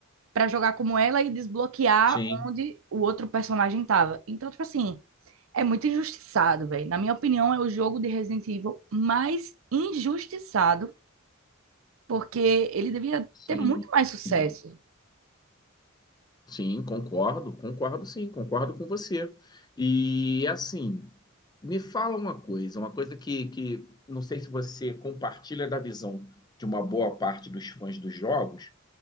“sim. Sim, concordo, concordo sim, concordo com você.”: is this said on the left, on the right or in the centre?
Left